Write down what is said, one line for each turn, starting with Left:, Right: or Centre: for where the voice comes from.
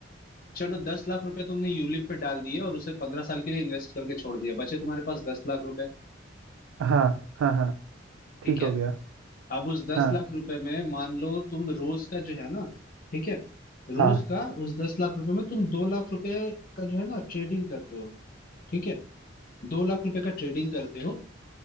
Left: चलो दस लाख रुपए तुमने यूलिप पे डाल दिए और उसे पंद्रह साल के लिए इन्वेस्ट करके छोड़ दिया बचे तुम्हारे पास दस लाख रुपए
Right: हाँ हाँ हाँ ठीक
Left: ठीक है
Right: हो गया
Left: अब उस दस
Right: हाँ
Left: लाख रुपए में मान लो तुम रोज का जो है ना ठीक है रोज
Right: हाँ
Left: का उस दस लाख रुपए में तुम दो लाख रुपए का जो है ना ट्रेडिंग करते हो ठीक है दो लाख रुपए का ट्रेडिंग करते हो